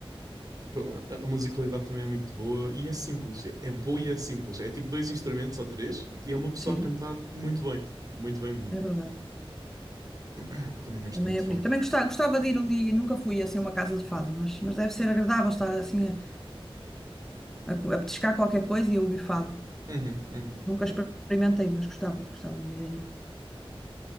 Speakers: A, on the right; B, in the centre.
A: Pro- A a musicalidade também é muito boa e é simples. É é boa e é simples. É tipo dois instrumentos ou três e é uma pessoa
B: Sim,
A: a cantar muito bem. Muito bem mesmo.
B: é verdade.
A: <clears throat> Também gosto
B: Também
A: muito de
B: é bonito.
A: fado.
B: Também gostava, gostava de ir um dia, nunca fui assim a uma casa de fado, mas, mas deve ser agradável estar assim a, a, co- a petiscar qualquer coisa e ouvir fado.
A: Uhum, uhum.
B: Nunca experimentei, mas gostava, gostava de um dia ir.